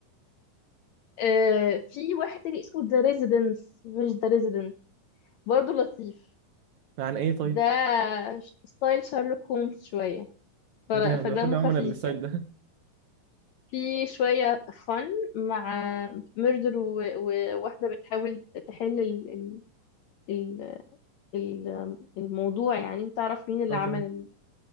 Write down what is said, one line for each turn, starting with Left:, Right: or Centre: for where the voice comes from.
Left: آه في واحد تاني اسمه ذا ريزيدنس مش ذا ريزيدنت برضه لطيف
Right: عن ايه طيب
Left: ده ش- ستايل شارلوك هومز شوية ف... فدمه
Right: جامد بحب عموما
Left: خفيف
Right: الستايل
Left: يعني
Right: ده
Left: في شوية فن مع ميردر وواحدة بتحاول تحل ال... ال... ال- الموضوع يعني انت تعرف
Right: <laughs>
Left: مين اللي
Right: اه
Left: عمل
Right: تمام
Left: ال...